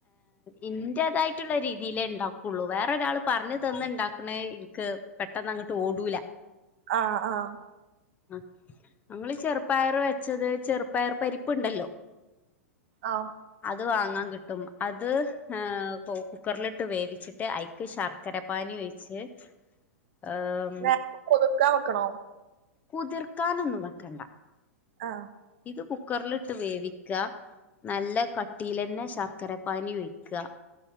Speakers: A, on the left (about 20°); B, on the right (about 50°).
A: ഇന്റേതായിട്ടുള്ള രീതിയിലേണ്ടാക്കുള്ളു വേറൊരാള് പറഞ്ഞു തന്ന്ണ്ടാക്ക്ണേ ഇൻക്ക് പെട്ടെന്നങ്ങട്ട് ഓടൂല
B: ആഹ് ആഹ്
A: അഹ് ഞങ്ങള് ചെറുപയർ വെച്ചത് ചെറു ചെറുപയർപരിപ്പ്ണ്ടല്ലോ
B: ഒഹ്
A: അത് വാങ്ങാൻ കിട്ടും അത് ഹ് കുക്കറിലിട്ട് വേവിച്ചിട്ട് അയ്യ് ക്ക് ശർക്കര പാനി ഒഴിച്ച് ഹ്
B: നേർത്തെ കുതിർക്കാൻ വെക്കണോ
A: കുതിർക്കാനൊന്നും വെക്കണ്ട
B: ആഹ്
A: ഇത് കുക്കറിലിട്ട് വേവിക്ക നല്ല കട്ടീലെന്നെ ശർക്കര പാനി ഒയ്ക്കാ